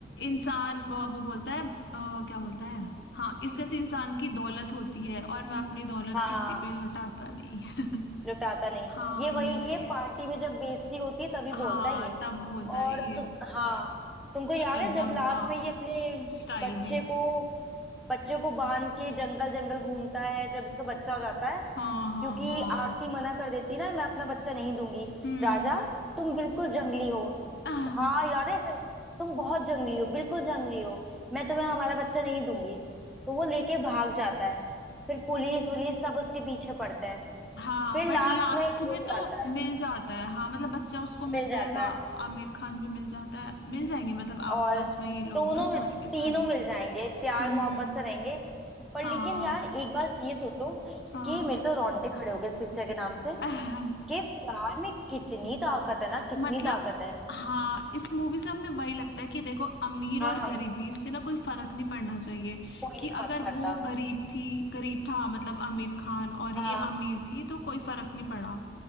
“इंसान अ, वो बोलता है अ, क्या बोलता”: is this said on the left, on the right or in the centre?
Left